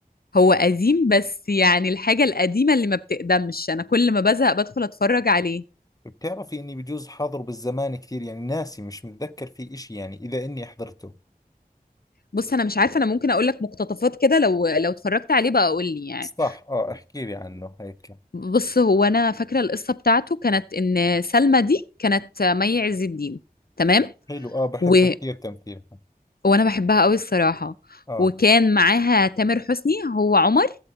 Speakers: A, on the left (about 75°); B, on the left (about 25°).
A: هو قديم بس يعني الحاجة القديمة اللي ما بتقدمش انا كل ما بزهق بدخل اتفرج عليه
B: بتعرفي إني بجوز حاضره بالزمان كثير يعني ناسي مش متذكر فيه إشي يعني إذا إني حضرته
A: بص انا مش عارفة انا ممكن اقول لك مقتطفات كده لو لو اتفرجت عليه بقى قول لي يعني
B: صح آه احكي لي عنه هيك
A: بص هو انا فاكره القصه بتاعته كانت ان سلمى دي كانت مي عز الدين تمام
B: حلو آه بحبها
A: و...
B: كثير تمثيلها
A: وانا بحبها قوي الصراحه
B: آه
A: وكان معاها تامر حسني هو عمر